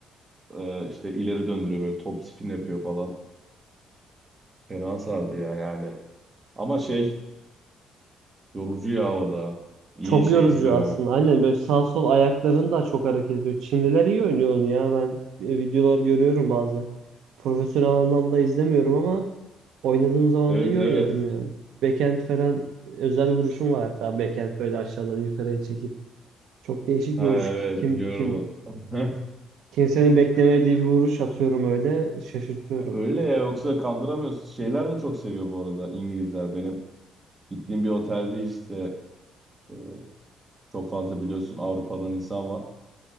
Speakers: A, on the right; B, on the right.
A: ona e, işte ileri döndürüyor böyle top spin yapıyor falan. Fena sardı ya yani. Ama şey yorucu ya o da. İyi
B: Çok
A: şey
B: yorucu
A: istiyor
B: aslında.
A: yani.
B: Aynen böyle sağ sol ayakların da çok hareket ediyor. Çinliler iyi oynuyor onu ya. Ben e, videolar görüyorum bazen. Profesyonel anlamda izlemiyorum ama oynadığım zaman
A: Evet
B: da iyi
A: evet.
B: oynarım ya. Backhand falan özel vuruşum var hatta. Backhand böyle aşağıdan yukarıya çekip. Çok değişik
A: Ha
B: bir vuruş.
A: evet
B: Kim
A: biliyorum.
B: kim
A: <laughs>
B: kimsenin beklemediği bir vuruş atıyorum öyle şaşırtıyorum.
A: Öyle ya yoksa kandıramıyorsun. Şeyler de çok seviyor bu arada İngilizler. Benim gittiğim bir otelde işte e, çok fazla biliyorsun Avrupa'dan insan var.